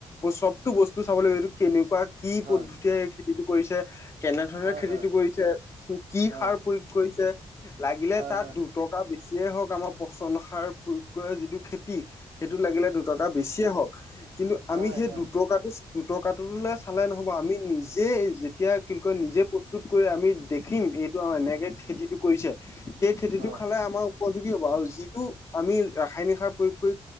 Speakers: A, on the left (about 25°); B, on the right (about 70°).
A: চবতটো বস্তু চাব লাগিব এইটো কেনেকুৱা কি
B: হয়,
A: পদ্ধতিৰে এই খেতিটো কৰিছে কেনে ধৰণে
B: হয়,
A: খেতিটো
B: হয়,
A: কৰিছে কি
B: হয়,
A: সাৰ প্ৰয়োগ কৰিছে লাগিলে
B: হয়, হয়,
A: তাত
B: হয়,
A: দুটকা বে যিয়েই হওক কামক পচন সাৰ প্ৰয়োগ কৰে যিটো টো খেতি সেইটো লাগিলে দুটকা বেছিয়ে হওঁক। <unintelligible> কিন্তু
B: হয়,
A: আমি সেই
B: হয়, হয়, হয়, হয়, হয়, হয়, হয়, হয়,
A: দুটকাটো দুটকাটোলে চালে নহ'ব। আমি নিজে যেতিয়া কি কয় নিজে প্ৰস্তুত কৰি আমি দেখিম। এইটো এনেকে খেতিটো কৰিছে <unintelligible> সেই খেতিটো
B: হয়,
A: খালে আমাৰ উপযোগী হব। আৰু আমি ৰাসায়নিক সাৰ প্ৰয়োগ কৰি